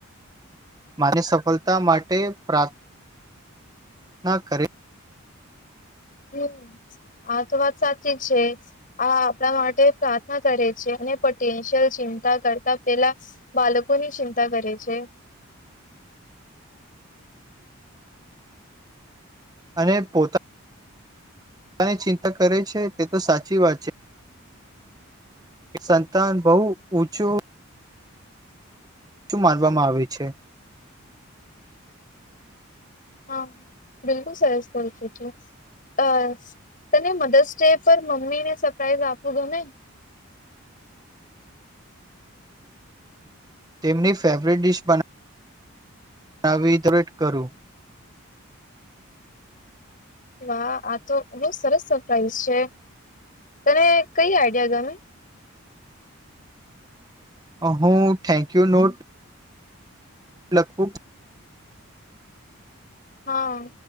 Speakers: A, on the right (about 20°); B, on the left (about 40°).
A: મા ની સફળતા માટે પ્રા ના કરે
B: હમ્મ આ તો વાત સાચી જ છે આ આપણા માટે પ્રાર્થના કરે છે અને પોટેન્શિયલ ચિંતા કરતા પેલા બાળકો ની ચિંતા કરે છે
A: અને પોતા ની ચિંતા કરે છે તે તો સાચી વાત છે સંતાન બહુ ઊંચું માનવામાં આવે છે
B: હા બિલકુલ સરસ કહો છો તો અ તને મધર્સ ડે પર મમ્મી ને સરપ્રાઈઝ આપવુ ગમે
A: તેમની ફેવરેટ ડિશ બના નવી દટ કરું
B: વાહ આ તો બહ સરસ સરપ્રાાઈઝ છે તને કઈ આઈડિયા ગમે
A: હું થેન્કયુ નોટ લખવું
B: હા